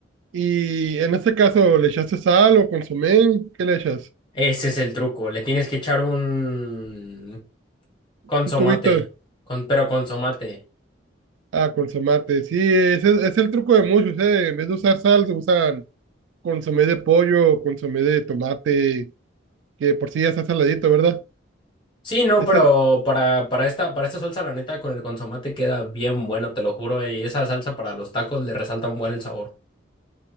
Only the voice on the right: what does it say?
Y en este caso, ¿le echaste sal o consomé? ¿Qué le echas?
Un cubito.
Ah, consomate. Sí, ese es, es el truco de muchos, ¿eh? En vez de usar sal, se usan consomé de pollo, consomé de tomate, que por sí ya está saladito, ¿verdad?
Es
el,